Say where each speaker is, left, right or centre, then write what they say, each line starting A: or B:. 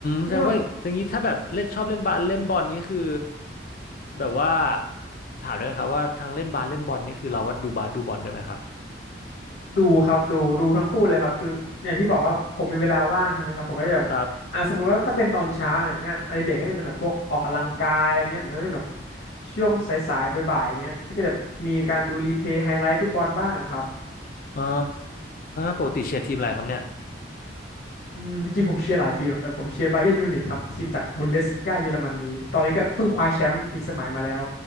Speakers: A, on the left; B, on the left.
A: แสดงว่าอย่างนี้ถ้าแบบเล่นชอบเล่นบาสเล่นบอลนี้คือ
B: นี่ว่า
A: แบบว่าถามด้วยนะครับว่าทางเล่นบาสเล่นบอลนี่คือเราก็ดูบาสดูบอลด้วยไหมครับ
B: ดูครับดูดูทั้งคู่เลยครับคืออย่างที่บอกว่าผมมีเวลาว่างใช่ไหมครับผมก็จะแบบอ่าสมมุติว่าถ้าเป็นตอนเช้าเนี่ยงานอดิเรกก็จะเป็นแบบพวกออกกำลังกายอะไรเงี้ยแต่ถ้าเป็นแบบ
A: ครับ
B: ช่วงสายๆบ่ายๆอย่างเงี้ยก็จะแบบมีการดูรีเพลย์ไฮไลท์ฟุตบอลบ้างอะครับ
A: อ่าปกติเชียร์ทีมอะไรครับเนี่ย
B: อืมจริงๆผมเชียร์หลายทีมอะแต่ผมเชียร์บาเยิร์นมิวนิกครับทีมจากบุนเดสลิก้าเยอรมนีตอนนี้ก็เพิ่งคว้าแชมป์อีกสมัยมาแล้ว